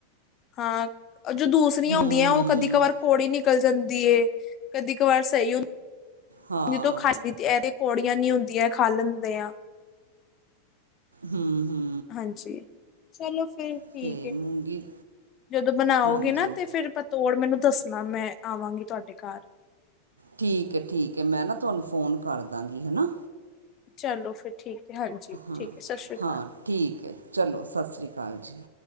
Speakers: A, on the left (about 30°); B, on the right (about 75°).
A: ਹਾਂ। ਜੋ ਦੂਸਰੀਆਂ
B: ਹੂੰ
A: ਹੁੰਦੀਆਂ
B: ਹੂੰ
A: ਉਹ ਕਦੀ ਕ ਵਾਰ ਕੋੜ ਹੀ ਨੀ ਨਿਕਲ ਜਾਂਦੀ ਏ ਕਦੀ ਕ ਵਾਰ ਸਹੀ ਹੁੰ।
B: ਹਾਂ
A: ਦੋਂ ਖ ਇਹਦੇ ਕੌੜੀਆਂ ਨੀ ਹੁੰਦੀਆਂ ਖਾ ਲੈਂਦੇਆਂ।
B: ਹਮ ਹਮ।
A: ਹਾਂਜੀ ਚਲੋ। ਠੀਕ
B: ਅਤੇ ਮੂੰਗੀ
A: ਜਦੋਂ ਬਣਾਓਗੇ
B: ਹਾਂਜੀ
A: ਨਾ ਤੇ ਫੇਿਰ ਪ ਤੋੜ ਮੈਨੂੰ ਦੱਸਣਾ ਮੈਂ ਆਵਾਂਗੀ ਤੁਹਾਡੇ ਘਰ
B: ਠੀਕ ਹੈ ਠੀਕ ਹੈ ਮੈਂ ਨਾ ਤੁਹਾਨੂੰ ਫੋਨ ਕਰ ਦਾਂਗੀ ਹੈਨਾ।
A: ਚਲੋ ਫੇਰ ਠੀਕ। ਹੈ ਹਾਂਜੀ
B: ਹਾਂ
A: ਠੀਕ ਹੈ ਸਤਿ ਸ਼੍ਰੀ ਅਕਾਲ
B: ਹਾਂ ਠੀਕ ਹੈ ਚਲੋ ਸਤਿ ਸ੍ਰੀ ਅਕਾਲ ਜੀ।